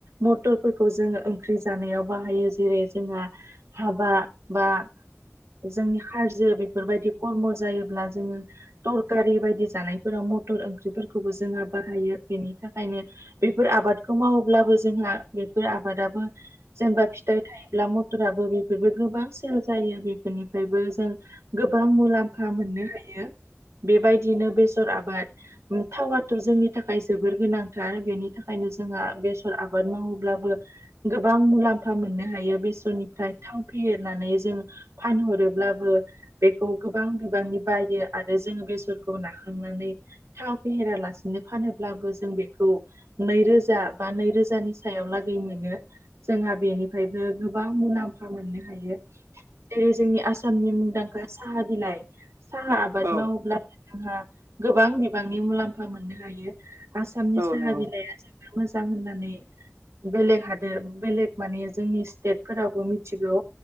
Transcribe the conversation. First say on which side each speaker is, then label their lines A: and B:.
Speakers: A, on the right (about 70°); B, on the right (about 90°).
A: म टरफोरखौ जोंङो ओंख्रि जानायाव बाहायो जेरै जोंहा हाबा बा जोंनि हारजो बेफोरबायदि खर्म' जायोब्ला जोंङो थरकारि बायदि जानायफोराव मथर ओंख्रिफोरखौबो जोंहा बाहायो बेनि थाखायनो बेफोर आबादखौ मावोब्लाबो जोंहा बेफोर आबादाबो जेनेबा फिथाइ थायोब्ला म थराबो बेफोरबो गोबां सेल जायो बेफोरनिफ्रायबो जों गो बां मुलाम्फा मोननो हायो बेबायदिनो बेसर आबाद थावाथ' जोंनि थाखाय जोबोर गोनांथार बेनि थाखायनो जोंहा बेसर आबाद मावो ब्लाबो गोबां मुलाम्फा मोननो हायो बेसरनि फ्राय थाव फेहेरनानै जों फानहरोब्लाबो बेखौ गोबां बिबांनि बायो आरो जोंङो बेसरखौ नाखांनानै थाव फेहेरालासिनो फानोब्लाबो जों बेखौ नैरोजा बा नै रोजानि सायाव लागै मोनो जोंहा बेनिफ्रायबो गोबां मुलाम्फा मोननो हायो जेरै जोंनि आसामनि मुंदांखा साहा बिलाइ साहा आबाद
B: औ
A: मावोब्ला जोंहा गोबां बिबांनि मुलाम्फा मोननो हायो आसामनि
B: औ
A: साहा
B: नंगौ
A: बिलाइआ जों मोजां होननानै बेलेग हादोर बेलेग माने जोंनि स्टेटफोरावबो मिथिगौ